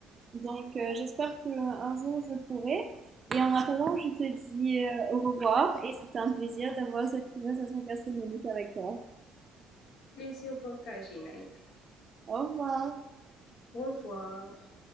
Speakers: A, on the right; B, on the left.
A: Donc, euh, j'espère qu'un jour je pourrai. Et en attendant, je te dis euh, au revoir et c'était un plaisir d'avoir cette conversation gastronomique avec toi.
B: Plaisir partagé, Naïf.
A: Au revoir.
B: Au revoir.